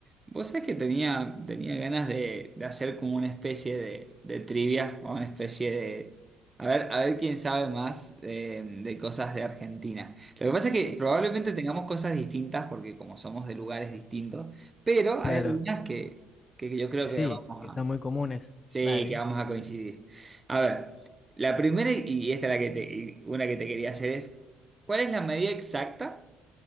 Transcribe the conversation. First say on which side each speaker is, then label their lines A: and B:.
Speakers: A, on the right; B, on the left.
A: Vos sabés que tenía, tenía ganas de, de hacer como una especie de, de trivia o una especie de... A ver, a ver quién sabe más eh, de cosas de Argentina. Lo que pasa es que probablemente tengamos cosas distintas porque como somos de lugares distintos, pero
B: Claro,
A: hay algunas que, que yo creo
B: que
A: que
B: sí,
A: vamos
B: que
A: a...
B: son muy comunes.
A: Sí,
B: Dale,
A: que vamos a coincidir. A ver, la primera y esta es la que te, y una que te quería hacer es, ¿cuál es la medida exacta?